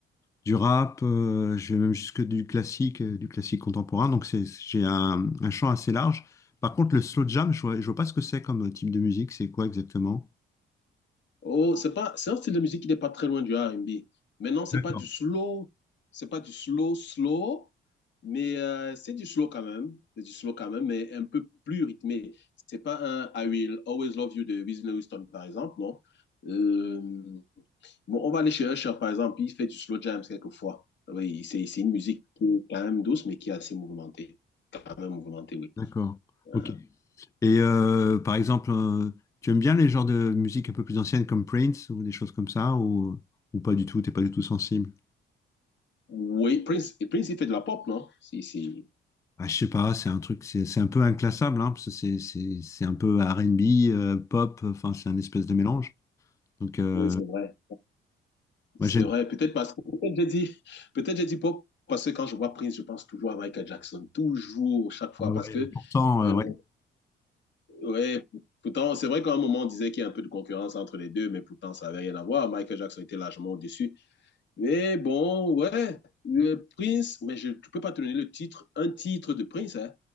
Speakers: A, on the left; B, on the left.
A: du rap. euh, je vais même jusque du classique, euh, du classique contemporain. Donc, c'est, j'ai un, un champ assez large. Par contre, le slow jam, je vois, je vois pas ce que c'est comme type de musique. C'est quoi exactement?
B: Oh, c'est pas, c'est un style de musique qui n'est pas très loin du R&B. Maintenant, c'est
A: D'accord.
B: pas du slow, c'est pas du slow, slow, mais euh, c'est du slow quand même, c'est du slow quand même, mais un peu plus rythmé. C'est pas un I Will Always Love You de Whitney Houston, par exemple, non? Euh, bon, on va aller chez Usher, par exemple, il fait du slow jams quelquefois. Oui, c'est c'est une musique qui est quand même douce, mais qui est assez mouvementée, quand même mouvementée, oui.
A: D'accord.
B: Aha.
A: Ok. Et euh, par exemple, euh, tu aimes bien les genres de musique un peu plus anciennes comme Prince ou des choses comme ça ou, euh, ou pas du tout, t'es pas du tout sensible?
B: Oui, Prince, et Prince, il fait de la pop, non? Si, si.
A: Ah, je sais pas, c'est un truc, c'est c'est un peu inclassable, hein, parce que c'est c'est c'est un peu R&B, euh, pop, enfin c'est un espèce de mélange. Donc euh,
B: Oui, c'est vrai.
A: moi
B: C'est
A: j'aime,
B: vrai. Peut-être parce que peut-être j'ai dit, peut-être j'ai dit pop parce que quand je vois Prince, je pense toujours à Michael Jackson, toujours, chaque fois,
A: ah
B: parce
A: ouais,
B: que
A: pourtant
B: euh,
A: euh, ouais,
B: ouais. Pourtant, c'est vrai qu'à un moment on disait qu'il y a un peu de concurrence entre les deux, mais pourtant ça avait rien à voir. Michael Jackson était largement au-dessus. Mais bon, ouais, le Prince, mais je ne peux pas te donner le titre, un titre de Prince, hein.